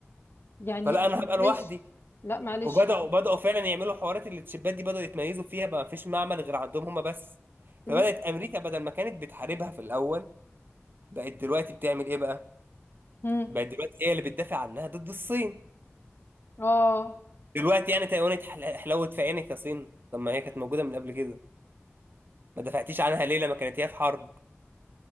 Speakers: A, on the left; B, on the right.
A: يعني
B: فلا انا هبقى لوحدي
A: معلش لا معلش
B: وبداوا
A: يعني
B: بداوا فعلا يعملوا حوارات اللي الشباب دي بداوا يتميزوا فيها بقى مفيش معمل غير عندهم هما بس
A: ل-
B: فبدات امريكا بدل ما كانت بتحاربها في الاول بقت دلوقتي بتعمل ايه بقى
A: مم.
B: بقت دلوقتي هي اللي بتدافع عنها ضد الصين
A: اه
B: دلوقتي يعني تايوان اتحل- حلوت في عينك يا صين طب ما هي كانت موجوده من قبل كده ما دفعتيش عنها ليه لما كانت هي في حرب